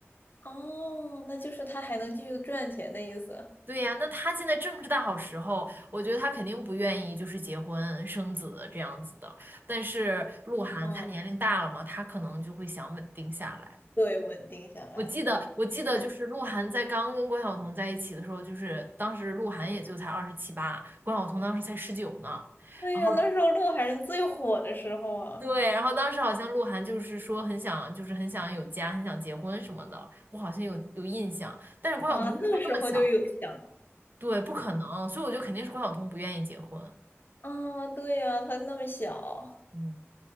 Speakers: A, on the left (about 45°); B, on the right (about 45°).
A: 哦，那就是他还能继续赚钱的意思。
B: 对呀，那他现在正是大好时候，我觉得他肯定不愿意就是结婚生子这样子的。但是鹿晗他年龄大了嘛，
A: 嗯，
B: 他可能就会想稳定下来。
A: 对，稳定下来。
B: 我记得，
A: 哦，
B: 我记得就是鹿晗在刚跟关晓彤在一起的时候，
A: 哎
B: 就是当时鹿晗也就才二十七八，关晓彤当时才十九呢。
A: 对呀，
B: 然后
A: 那时候鹿晗是最火的时候啊
B: 对，然后当时好像鹿晗就是说很想，就是很想有家，很想结婚什么的，我好像有有印象。但是关晓彤那时候那么小，
A: 啊，那时候就有想了
B: 对，不可能，所以我觉得肯定是关晓彤不愿意结婚。
A: 啊，对呀，他那么小，
B: 嗯，